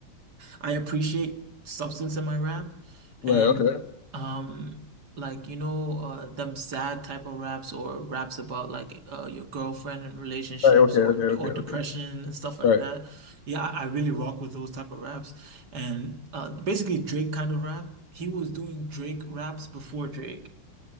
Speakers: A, on the right (about 50°); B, on the left (about 85°).
A: I appreciate substance in my rap and
B: Right, okay.
A: um like you know uh them sad type of raps or raps about like uh your girlfriend and relationships
B: Right, okay,
A: or
B: okay,
A: or
B: okay, okay.
A: depression and stuff like
B: Right.
A: that. Yeah, I I really rock with those type of raps. And uh basically Drake kind of rap. He was doing Drake raps before Drake.